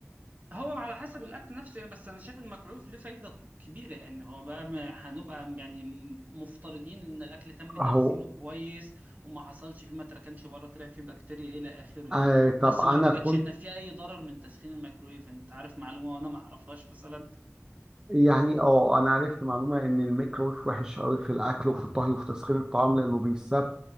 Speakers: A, on the right; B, on the right.
A: هو على حسب الاكل نفسه يعني بس انا شايف المكروف له فايده ط- كبيره يعني هو بقى ما- هنبقى يعني م- مفترضين ان الاكل تم تخزينه
B: اهو
A: كويس وما حصلش فيه ما تركنش بره طلع فيه بكتيريا الى اخره يعني
B: آه
A: بس
B: طب انا
A: ما اعتقدش
B: كنت
A: ان في اي ضرر من تسخين الميكرويف انت عارف معلومه وانا ما اعرفهاش مثلا
B: يعني اه انا عرفت معلومه ان الميكرويف وحش قوي في الاكل وفي الطهي وفي تسخين الطعام لانه بيسبب